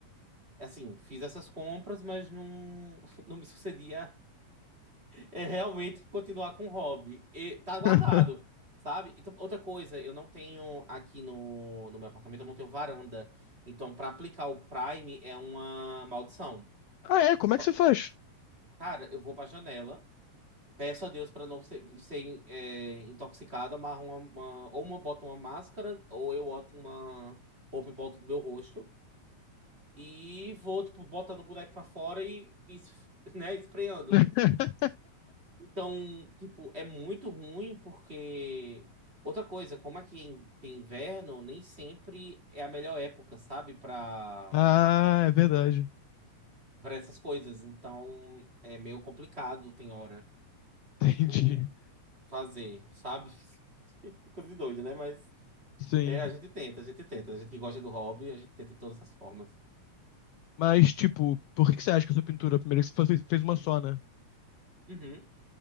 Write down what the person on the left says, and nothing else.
<laughs>
Ah, é? Como é
que você faz?
<laughs>
Ah, é verdade.
<laughs>
Entendi.
Sim.
Mas, tipo, por que que você acha que a sua pintura, primeiro, que você fez fez uma só, né?